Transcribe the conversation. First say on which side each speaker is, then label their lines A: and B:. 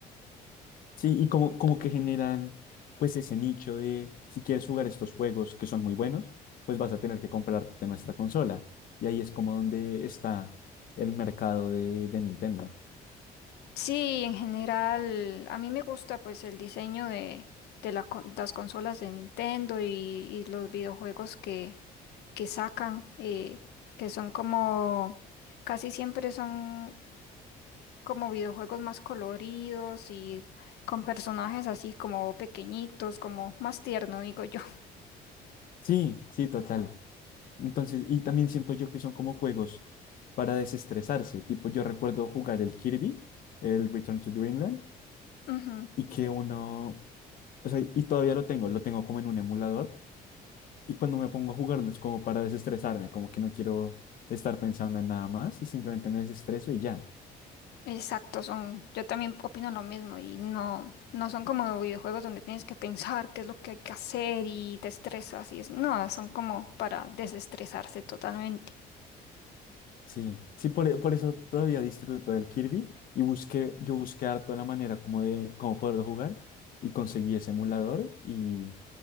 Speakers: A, on the left (about 55°); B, on the left (about 75°).
A: Sí, y como, como que generan pues ese nicho de si quieres jugar estos juegos que son muy buenos, pues vas a tener que comprarte nuestra consola. Y ahí es como donde está el mercado de, de Nintendo.
B: Sí, en general, a mí me gusta pues el diseño de, de la con- las consolas de Nintendo y, y los videojuegos que, que sacan, eh, que son como casi siempre son como videojuegos más coloridos y con personajes así como pequeñitos, como más tierno, digo yo.
A: Sí, sí, total. Entonces, y también siento yo que son como juegos para desestresarse. Tipo, yo recuerdo jugar el Kirby, el Return to Dreamland,
B: <laughs> Ujú,
A: y que uno, o sea, y todavía lo tengo, lo tengo como en un emulador Y cuando me pongo a jugarlo es como para desestresarme, como que no quiero estar pensando en nada más y simplemente me desestreso y ya.
B: Exacto, son, yo también opino lo mismo y no, no son como videojuegos donde tienes que pensar qué es lo que hay que hacer y te estresas y es, no, son como para desestresarse totalmente.
A: Sí, sí, por, e- por eso todavía disfruto del Kirby y busqué, yo busqué harto la manera como de cómo poderlo jugar y conseguí ese emulador y,